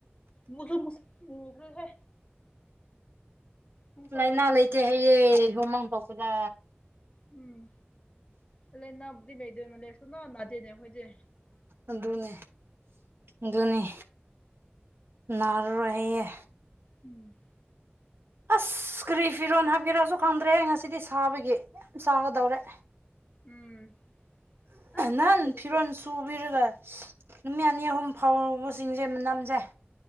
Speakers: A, on the left; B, on the right.
A: ꯃꯨꯁꯨꯨꯦ ꯅꯨꯡꯁꯥꯗ
B: ꯂꯥꯏꯅꯥ ꯂꯩꯇꯦ ꯍꯌꯦꯦ ꯍꯨꯃꯥꯡ ꯄꯣꯛꯄꯗ
A: ꯎꯝ ꯑ ꯂꯩꯅꯥꯕꯨꯗꯤ ꯂꯩꯗꯣꯏ ꯃꯥꯜꯂꯦ ꯁꯨꯅꯥ ꯅꯥꯗꯦꯅꯦ ꯑꯩꯈꯣꯏꯗꯤꯦ
B: ꯑꯗꯨꯅꯤ ꯑꯗꯨꯅꯤ ꯅꯥꯔꯔꯣꯏꯌꯦ
A: ꯎꯝ
B: ꯑꯁ ꯀꯔꯤ ꯐꯤꯔꯣꯟ ꯍꯥꯏꯕꯤꯔꯛꯁꯨ ꯈꯪꯗ꯭ꯔꯦ ꯉꯁꯤꯗꯤ ꯁꯥꯕꯒꯤ ꯌꯥꯝ ꯆꯥꯒꯗꯧꯔꯦ
A: ꯎꯝ ꯌꯥꯝ ꯁꯥꯏ
B: ꯅꯍꯥꯟ
A: ꯑꯩꯈꯣꯏꯗꯁꯨ
B: ꯐꯤꯔꯣꯟ ꯆꯨꯕꯤꯔꯒ ꯅꯨꯃꯤꯠ ꯑꯅꯤ ꯑꯍꯨꯝ ꯐꯥꯎꯕꯁꯤꯡꯁꯦ ꯅꯝꯖꯩ